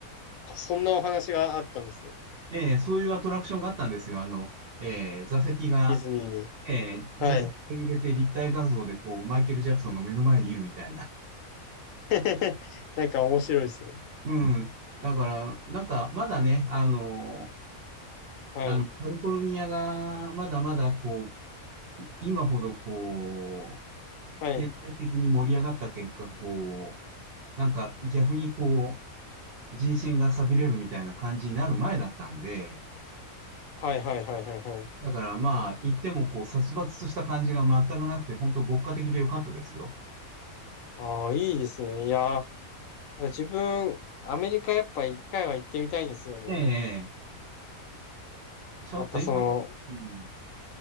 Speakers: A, on the left; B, on the right.
A: そんなお話があったんですね。
B: えーそういうアトラクションがあったんですよ。あの、えー座席が、
A: ディズニーに。
B: えー座席が揺れて立体画像でこう、
A: はい。
B: マイケル・ジャクソンが目の前にいるみたいな。
A: <laughs> なんか面白いですね。
B: うん。だから、なんか、まだね、あの
A: はい。
B: あの、カリフォルニアがまだまだこう、い今ほどこう、
A: はい。
B: 経済的に盛り上がった結果、こう、なんか逆にこう、人心が錆びれるみたいな感じになる前だったんで、
A: はいはいはいはいはい。
B: だからまあ、言ってもこう、殺伐とした感じが全くなくて、本当牧歌的でよかったですよ。
A: ああ、いいですね。いやー、自分、アメリカやっぱ一回は行ってみたいんですよね。
B: ええ、ちょっと今の、
A: やっぱその、
B: うん、